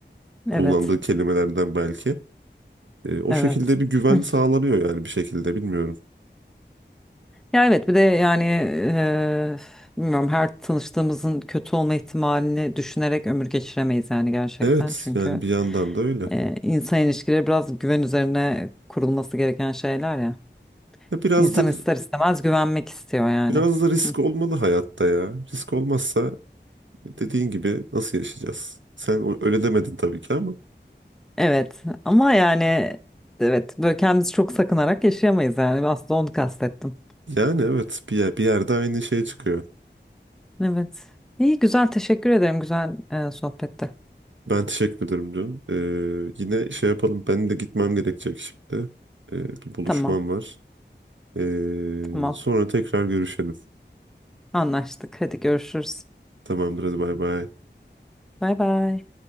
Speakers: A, on the right (about 85°); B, in the centre.
A: kullandığı
B: Evet.
A: kelimelerden belki. E, o
B: Evet.
A: şekilde bir güven
B: Hı.
A: sağlanıyor yani bir şekilde bilmiyorum.
B: Ya evet bir de yani eee, bilmiyorum her tanıştığımızın kötü olma ihtimalini düşünerek ömür geçiremeyiz yani gerçekten.
A: Evet
B: Çünkü
A: yani bir yandan da öyle.
B: eee, insan ilişkileri biraz güven üzerine kurulması gereken şeyler ya.
A: Ya Biraz
B: İnsan
A: da
B: ister istemez güvenmek istiyor yani.
A: biraz da risk
B: Hı.
A: olmalı hayatta ya. Risk olmazsa Dediğin gibi nasıl yaşayacağız? Sen o- öyle demedin tabii ki ama
B: Evet ama yani evet böyle kendimizi çok sakınarak yaşayamayız yani aslında onu kastettim.
A: yani evet bir yer, bir yerde aynı şey çıkıyor.
B: Evet. İyi güzel teşekkür ederim güzel e, sohbette.
A: Ben teşekkür ederim diyorum. Ee, yine şey yapalım. Benim de gitmem gerekecek şimdi. Ee, bir buluşmam
B: Tamam
A: var. Ee,
B: tamam
A: sonra tekrar görüşelim.
B: anlaştık. Hadi görüşürüz.
A: Tamamdır hadi bay bay.
B: Bay bay.